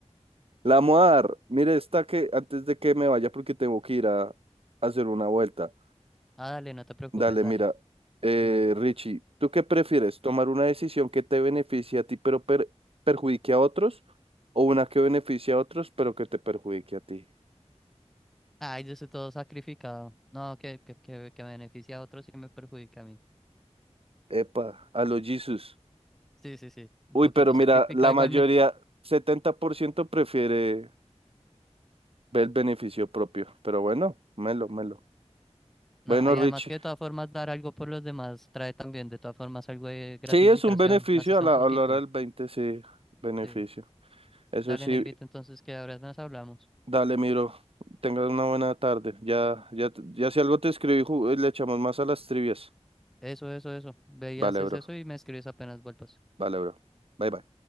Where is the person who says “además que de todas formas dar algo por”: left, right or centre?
Centre